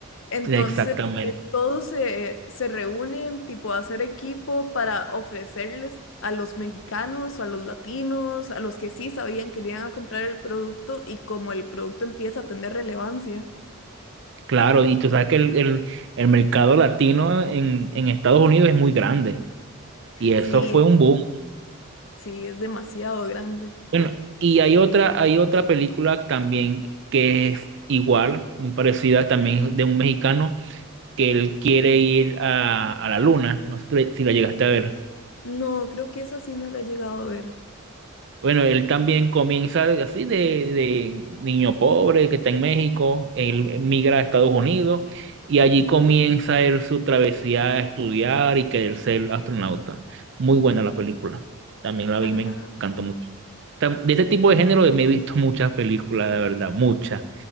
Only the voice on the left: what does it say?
Entonces,
que todos se, se reúnen, tipo, a hacer equipo para ofrecerles a los mexicanos o a los latinos, a los que sí sabían que le iban a comprar el producto y como el producto empieza a tener relevancia.
Sí,
sí, es demasiado grande.
No, creo que esa sí no la he llegado a ver.
Ajá.